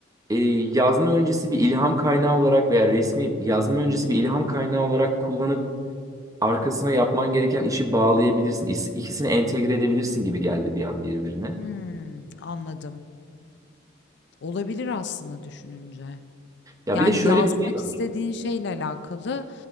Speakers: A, on the right (about 20°); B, on the left (about 60°).
A: e, yazma öncesi bir ilham kaynağı olarak veya resmi yazma öncesi bir ilham kaynağı olarak kullanıp arkasına yapman gereken işi bağlayabilirsin. İs- İkisini entegre edebilirsin gibi geldi bir an birbirine.
B: Hımm, anladım. Olabilir aslında düşününce.
A: Ya
B: Yani,
A: bir de şöyle
B: yazmak
A: bir şey var.
B: istediğin şeyle alakalı